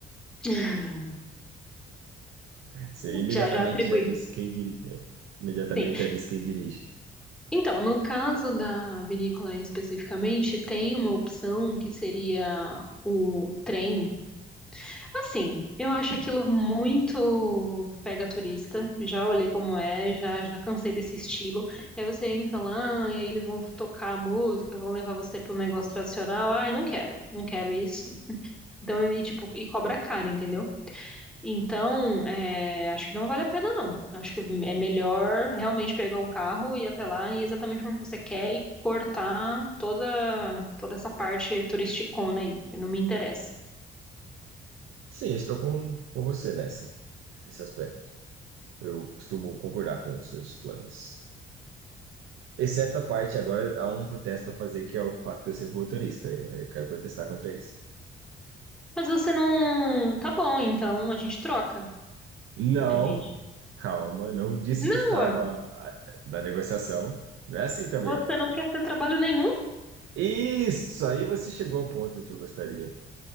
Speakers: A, in the centre; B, on the right.
A: <laughs>
B: Você imediatamente
A: Já, já atribuí.
B: já disse quem dirige. é, Imediatamente
A: Sim.
B: já disse quem dirige.
A: Então, no caso da vinícola especificamente, tem uma opção que seria o trem. Assim, eu acho aquilo muito pega turista. Já olhei como é, já já cansei desse estilo. E aí você entra lá e aí eles vão tocar a música, vão levar você pro negócio tradicional. Ai, não quero, não quero isso. Então, e tipo, e cobra caro, entendeu? Então, é, acho que não vale a pena, não. Acho que é melhor realmente pegar um carro e ir até lá e ir exatamente onde você quer e cortar toda, toda essa parte turisticona aí, que não me interessa.
B: Sim, estou com, com você nessa, nesse aspecto. Eu costumo concordar com os seus planos. Exceto a parte, agora há um protesto a fazer, que é o fato de eu ser motorista. Eu quero protestar contra isso.
A: Mas você não. Tá bom, então a gente troca,
B: Não,
A: a gente.
B: calma, não disse
A: Não,
B: que estava
A: ué,
B: ah, na negociação. Não é assim também.
A: você não quer ter trabalho nenhum?
B: Isso, aí você chegou ao ponto que eu gostaria,